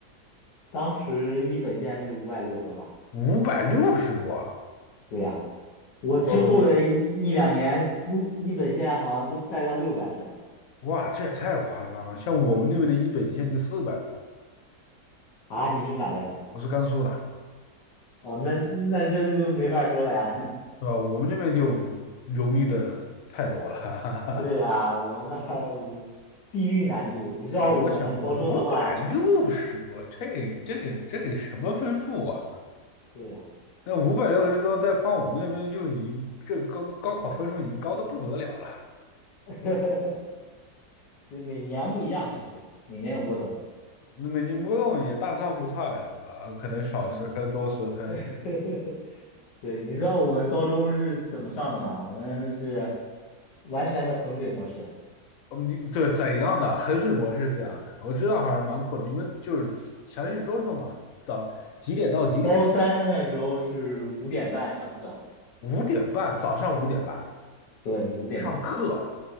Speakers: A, on the left; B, on the left.
A: 当时一本线是五百六十多吧？
B: 五百六十多啊！
A: 对呀、我之后的一一两年，
B: 我，
A: 录一本线好像都快到六百分了
B: 哇，这也太夸张了。像我们那边的一本线就四百多，
A: 啊！你是哪边儿的？
B: 我是甘肃的。
A: 哦，那那这就没法说了呀。
B: 对吧？我们这边就容易的太多了。
A: <laughs> 对呀，
B: <laughs>
A: 我们那我地域难度，你知道我们高中的话
B: 对，我想五百六十多，这这这什么分数啊？
A: 是呀，
B: 那五百六十多，再放我们那边就已经这高高考分数已经高的不得了了。
A: <laughs> 对，每年不一样，其实每年有波动。
B: 那每年波动也大差不差呀，对吧？可能少十分多十分，
A: 嗯，<laughs> 对，你知道我们高中是怎么上的吗？我们是完全的衡水模式。
B: 嗯你对怎样的衡水模式是怎样的，我知道还是蛮苦的你们就是详细说说嘛，早几点到几点？
A: 高三的时候是五点半上课，
B: 五点半，早上五点半
A: 对，五点半
B: 上课。